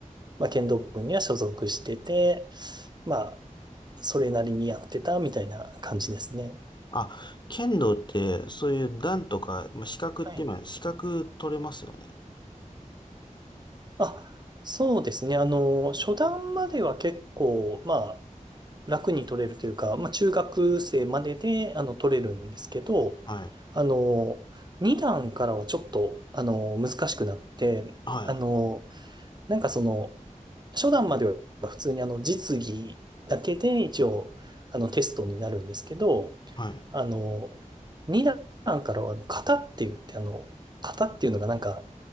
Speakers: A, on the right; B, on the left.
A: まあ剣道部には所属してて、まあ、それなりにやってたみたいな感じですね。
B: あ、剣道って、そういう段とか、まあ、資格って今、
A: はい。
B: 資格取れますよね。
A: あ、そうですね。あの、初段までは結構、まあ、楽に取れるというか、まあ、中学生までで、あの、取れるんですけど、
B: はい。
A: あの、2段からはちょっと、あの、難しくなって、
B: はい。
A: あの、なんかその、初段までは普通にあの、実技だけで一応、あの、テストになるんですけど、
B: はい。
A: あの、2段からは、あの、型って言って、あの、型っていうのがなんか、